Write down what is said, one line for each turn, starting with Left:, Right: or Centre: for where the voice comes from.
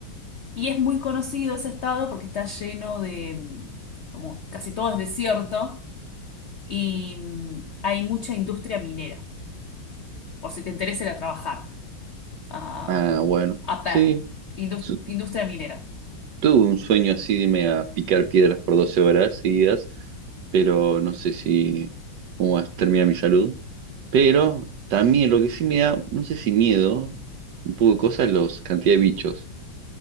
Left: Y es muy conocido ese estado porque está lleno de, em, como casi todo es desierto y em, hay mucha industria minera, por si te interesa ir a trabajar a,
Right: Ah, bueno,
Left: a
Right: sí.
Left: Perth, indus-
Right: Su-
Left: industria minera.
Right: Tuve un sueño así de irme a picar piedras por 12 horas seguidas, pero no sé si cómo va a terminar mi salud. Pero también lo que sí me da, no sé si miedo, un poco de cosas, los cantidad de bichos.